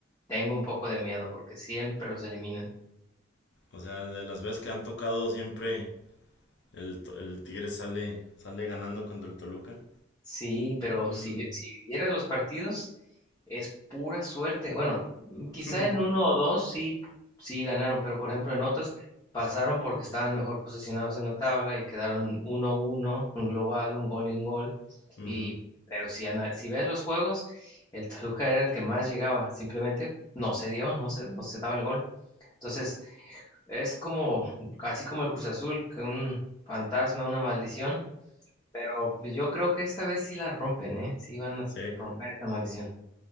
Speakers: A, on the left; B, on the left.
A: tengo un poco de miedo, porque siempre los eliminan.
B: O sea, de las veces que han tocado siempre el, to- el Tigre sale, sale ganando contra el Toluca.
A: Sí, pero
B: Mm.
A: si, vi- si vivieras los partidos, es pura suerte. Bueno, mm, quizá
B: <laughs>
A: en uno o dos sí, p- sí ganaron, pero por ejemplo en otros pasaron porque estaban mejor posicionados en la tabla y quedaron uno uno un global, un gol y un gol.
B: Ujú.
A: Y, pero si, ana- si ves los juegos, el <laughs> Toluca era el que más llegaba, simplemente no se dio, no se, no se daba el gol. Entonces, es como, así como el Cruz Azul, que un fantasma, una maldición pero pues, yo creo que esta vez sí la rompen, ¿eh? Sí van a
B: Sí.
A: romper esa maldición.